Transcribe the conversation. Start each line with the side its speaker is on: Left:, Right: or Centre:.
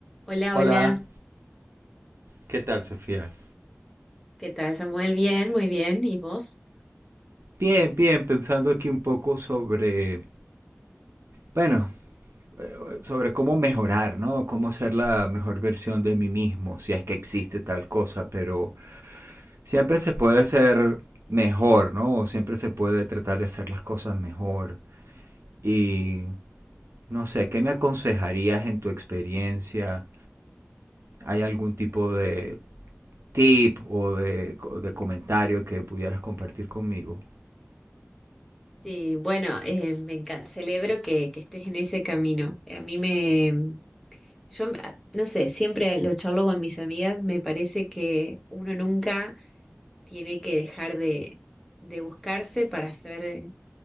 Centre: Hola,
Right: Hola.
Centre: hola.
Right: ¿Qué tal, Sofía?
Centre: ¿Qué tal, Samuel? Bien, muy bien. ¿Y vos?
Right: Bien, bien, pensando aquí un poco sobre, bueno, eh, sobre cómo mejorar, ¿no? Cómo ser la mejor versión de mí mismo, si es que existe tal cosa, pero siempre se puede ser mejor, ¿no? O Siempre se puede tratar de hacer las cosas mejor. Y no sé, ¿qué me aconsejarías en tu experiencia? ¿Hay algún tipo de tip o de, o de comentario que pudieras compartir conmigo?
Centre: Sí, bueno, eh, me encanta. Celebro que, que estés en ese camino. A mí me, yo, me- ah, no sé, siempre lo charlo con mis amigas. Me parece que uno nunca tiene que dejar de, de buscarse para ser